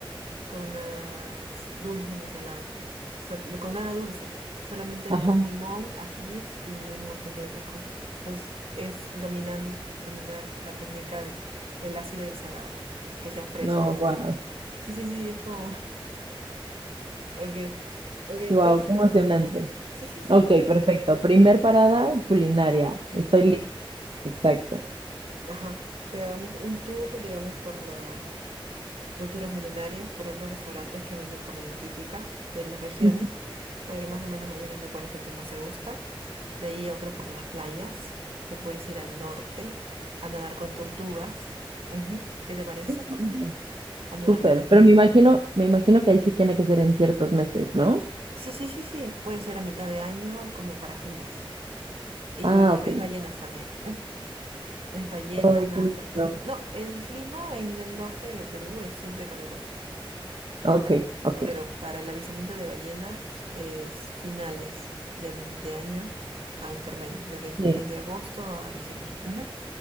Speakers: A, on the right; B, on the right.
A: con nada s- dulce ni salado. Sol- con nada dulce. Solamente
B: Ajá,
A: es, es limón, ajís y un montón de otras cosas. Entonces, es dominan, dominar la técnica de el ácido y el salado, que sea fresco
B: no,
A: también.
B: wow.
A: Sí, sí, sí, es como Ok, ok, entonces
B: Wow, qué
A: te
B: emocionante.
A: recomendaría. Sí, sí, sí,
B: Ok,
A: te-
B: perfecto. Primer parada, culinaria.
A: Lima.
B: Estoy lista. Exacto.
A: Ajá. Te hagamos un tour, digamos, por las culturas milenarias, por unos restaurantes que venden comida típica de las regiones,
B: Ok,
A: para que más o menos vayas viendo cuál es el que más te gusta. De ahí otro por las playas. Te puedes ir al norte a nadar con tortugas. Ujú, ¿Qué te parece?
B: órale,
A: A
B: súper.
A: nadar con...
B: Pero me imagino, me imagino que ahí sí tiene que ser en ciertos meses, ¿no?
A: Sí, sí, sí, sí. Puede ser a mitad de año como para fines. Y
B: Ah, ok.
A: ves ballenas también. Es ballenas,
B: Ay,
A: nadas
B: qué lindo.
A: con tortuga. No, el clima en el norte de Perú es siempre caluroso,
B: Ok, ok.
A: pero para el avistamiento de ballenas es finales de, de año a intermedio, desde,
B: Sí.
A: desde agosto a diciembre. Ujú.